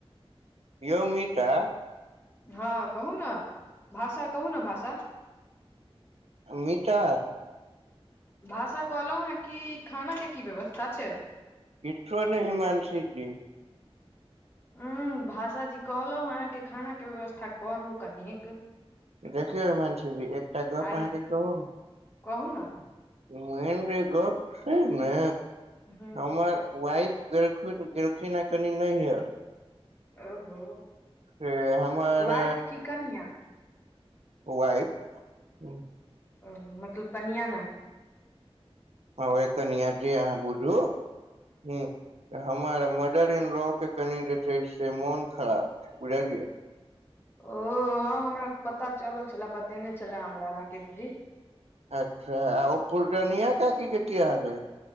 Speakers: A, on the right; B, on the left.
A: यौ मीथा
B: ह कहू ने भाषा कहू ने भाषा
A: मीटा
B: भाषा कहलँ है कि खाना के कि व्यवस्था छै।
A: ईश्वर ही मानसी छीय
B: हा भाष जी कहलहु अहाँकेँ खाना के व्यवस्था करू कनिक
A: देखियौ मंसीजी एकटा गप
B: आय
A: अहाँकेँ कहू
B: कहू न
A: मेन जे गप छै ने
B: ह
A: हमर वाइफ गेलखिन या कनि नहियर
B: ओहो
A: से हमर
B: वाइफ कि कनिया
A: वाइफ हँ
B: ओ मतलब कनिया नहि
A: हा कनिया जे अहाँ बुझू ह हमर मदर इन ला के कनि जे छै से मोन खराब छै बुझलियै,
B: ओ ह हमरा पता चलल छलए बतेने छले हमरा राकेश जी।
A: अच्छा आ ओ फुलरा निया काकि किआ हल